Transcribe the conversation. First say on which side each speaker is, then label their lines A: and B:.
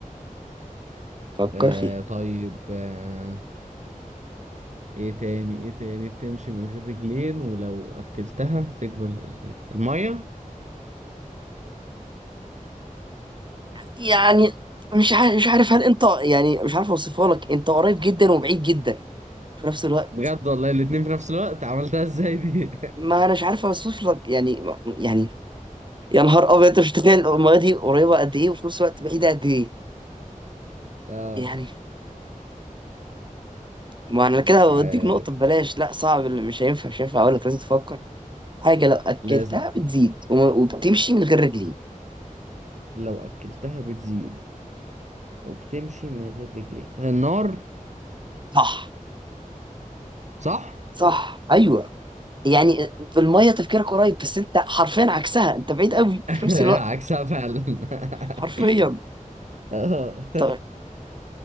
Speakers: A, on the right (about 35°); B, on the right (about 55°).
A: فكر
B: آه
A: فيها
B: طيب آه ايه تاني ايه تاني بتمشي من غير رجلين ولو اكلتها تكبر زيادة المية
A: يعني مش عارف مش عارف هل أنت يعني مش عارف أوصفها لك أنت قريب جدا وبعيد جدا في نفس الوقت
B: بجد والله الاتنين في نفس الوقت عملتها ازاي دي
A: ما انا مش عارف اوصف لك يعني يعني يا نهار ابيض انت مش متخيل الميه دي قريبه قد ايه وفي نفس الوقت بعيده قد ايه
B: <laughs> اه
A: يعني ما انا
B: مش
A: كده
B: عارف
A: بديك نقطه ببلاش لا صعب اللي مش هينفع مش هينفع اقول لك لازم تفكر حاجه لو اكلتها
B: لازم
A: بتزيد وم- وبتمشي من غير رجلين
B: لو اكلتها بتزيد وبتمشي من غير رجلين النار
A: صح
B: صح
A: صح ايوه يعني في الميه تفكيرك قريب بس انت حرفيا عكسها انت بعيد قوي
B: <laughs>
A: في نفس الوقت
B: عكسها فعلا
A: حرفيا
B: <laughs> اه
A: طيب